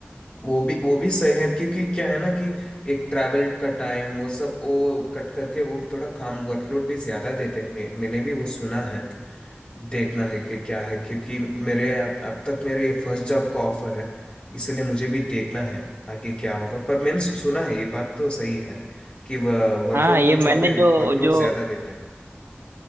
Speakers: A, on the left (about 25°); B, on the right (about 65°).
A: वो भी वो भी सही है क्योंकि क्या है ना कि एक ट्रैवल का टाइम वो सब वो कट करके वो थोड़ा काम वर्कलोड भी ज्यादा देते हैं मैं, मैंने भी वो सुना है देखना है कि क्या है क्योंकि मेरे अब, अब तक मेरे ये फर्स्ट जॉब का ऑफर है इसलिए मुझे भी देखना है आगे क्या होगा पर मैंने सु- सुना है ये बात तो सही है कि वर्क
B: हाँ
A: फ्रॉम
B: ये
A: होम
B: मैंने
A: जॉब में
B: जो
A: वर्कलोड
B: जो
A: ज्यादा देते हैं